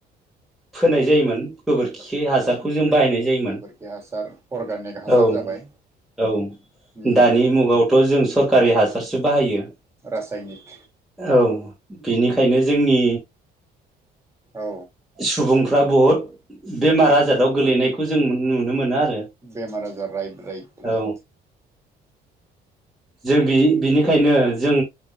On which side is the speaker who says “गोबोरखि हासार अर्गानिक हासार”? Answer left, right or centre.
Right